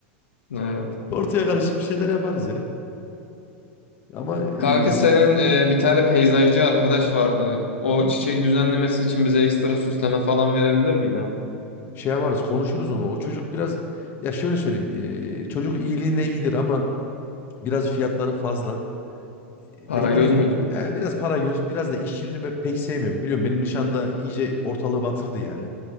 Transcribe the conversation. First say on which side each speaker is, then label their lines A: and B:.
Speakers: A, on the left (about 70°); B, on the left (about 35°).
A: Evet.
B: <laughs> Ortaya karışık bir şeyler yaparız ya. Ama e,
A: Kanka senin e, bir tane peyzajcı arkadaş vardı. O
B: hı hı,
A: çiçek düzenlemesi için bize ekstra süsleme falan verebilir mi ya?
B: şey yaparız konuşuruz onu. O çocuk biraz ya şöyle söyleyeyim. e, çocuk iyiliğine iyidir ama biraz fiyatları fazla. E,
A: Para
B: Ben yine
A: göz
B: bir
A: mü diyorsun?
B: e, biraz para göz biraz da işçiliğini ben pek sevmiyorum. Biliyorum benim nişanda iyice ortalığı batırdı yani.